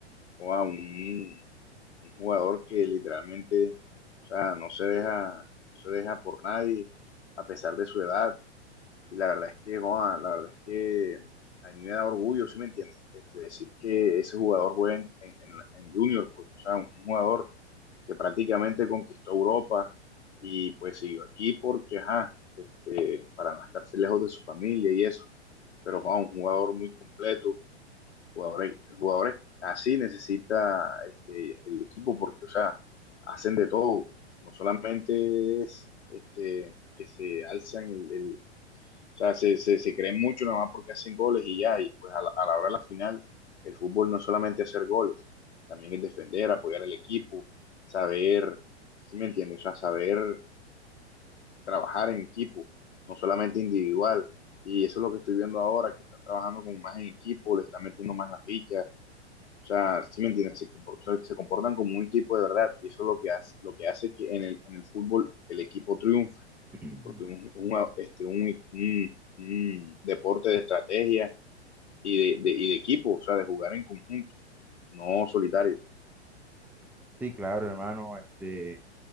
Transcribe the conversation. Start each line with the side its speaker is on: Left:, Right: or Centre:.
Left: o a un, un jugador que literalmente, o sea, no se deja, no se deja por nadie a pesar de su edad. Y la verdad es que, joa, la verdad es que a mí me da orgullo, ¿sí me entiendes? Este, decir que ese jugador juega en, en, en Junior, porque, o sea, un jugador que prácticamente conquistó Europa y pues siguió aquí porque, ajá, este, para no estarse lejos de su familia y eso, pero Juan, un jugador muy completo, jugadores, jugadores así necesita este, el equipo porque, o sea, hacen de todo, no solamente es este, que se alzan el, el, o sea, se, se, se creen mucho nada más porque hacen goles y ya, y pues a la, a la hora de la final, el fútbol no es solamente hacer goles, también es defender, apoyar al equipo, saber, si ¿sí me entiendes? O sea, saber trabajar en equipo, no solamente individual. Y eso es lo que estoy viendo ahora, que están trabajando como más en equipo, le están metiendo más la ficha, o sea, si ¿sí me entiendes? Se, comportan, se se comportan como un equipo de verdad y eso es lo que hace, lo que, hace que en el, en el fútbol el equipo triunfe
Centre: <clears throat>
Left: porque un, un, este, un, un, un deporte de estrategia y de, de, y de equipo, o sea, de jugar en conjunto, no solitario.
Centre: Sí, claro, hermano, este.